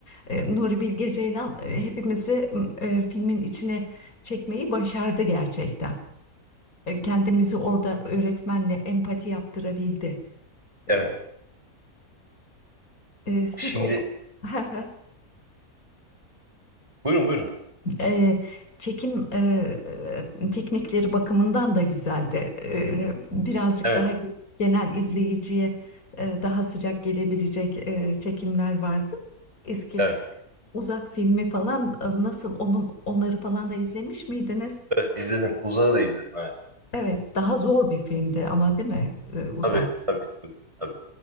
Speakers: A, on the left (about 75°); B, on the right (about 20°).
A: E, Nuri Bilge Ceylan e, hepimizi e, filmin içine çekmeyi başardı gerçekten. E, kendimizi orada öğretmenle empati yaptırabildi. E,
B: Evet.
A: e, siz
B: Şimdi
A: o <laughs>
B: buyurun buyurun.
A: E, çekim e, e, teknikleri bakımından da güzeldi. E, birazcık
B: Evet.
A: daha genel izleyiciye e, daha sıcak gelebilecek e, çekimler vardı. Eski
B: Evet,
A: uzak filmi falan e, nasıl onun onları falan da izlemiş miydiniz?
B: evet izledim. Uzağı da izledim. Evet.
A: Evet, daha zor bir filmdi ama değil mi? Ee, Uzak.
B: Tabii, tabii, tabii. tabii.